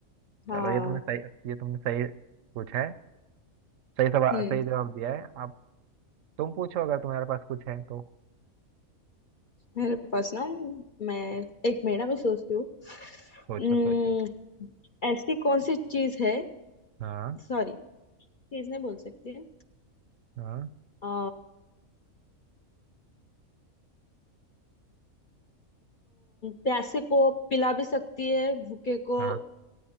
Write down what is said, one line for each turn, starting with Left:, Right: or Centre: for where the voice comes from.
Left: हाँ
Right: चलो ये तुमने सही ये तुमने सही पूछा है सही सवाल
Left: हम्म
Right: सही जवाब दिया है अब तुम पूछो अगर तुम्हारे पास कुछ है तो
Left: मेरे पास ना मैं एक मिनट ना, मैं सोचती हूँ हम्म,
Right: सोचो सोचो
Left: ऐसी कौन सी चीज है
Right: हाँ
Left: सॉरी चीज नहीं बोल सकती है
Right: हाँ
Left: आ, प्यासे को पिला भी सकती है भूखे को
Right: हाँ